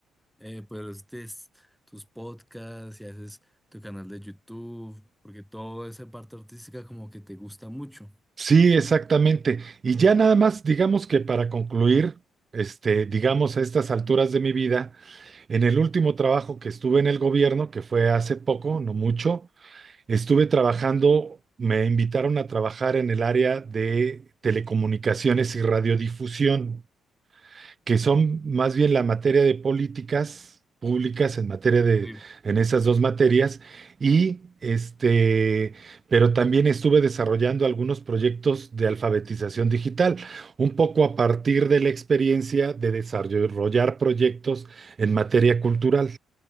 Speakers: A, in the centre; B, on the right (about 40°).
A: eh, pues tes- tus podcasts y haces tu canal de YouTube, porque toda esa parte artística como que te gusta mucho.
B: Sí, exactamente. Y ya nada más, digamos que para concluir, este, digamos a estas alturas de mi vida, en el último trabajo que estuve en el gobierno, que fue hace poco, no mucho, Estuve trabajando, me invitaron a trabajar en el área de telecomunicaciones y radiodifusión, que son más bien la materia de políticas públicas en materia de,
A: Sí.
B: en esas dos materias, y este, pero también estuve desarrollando algunos proyectos de alfabetización digital, un poco a partir de la experiencia de desarrollar proyectos en materia cultural.